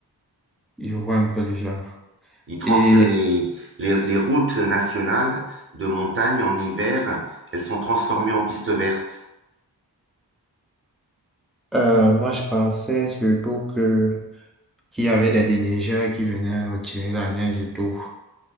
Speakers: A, in the centre; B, on the right.
A: Je vois un peu le genre.
B: Ils trans
A: Et
B: les, les, les routes nationales de montagne en hiver, elles sont transformées en pistes vertes.
A: euh, moi, je pensais surtout que qu'il y avait des déneigeurs qui venaient retirer la neige et tout.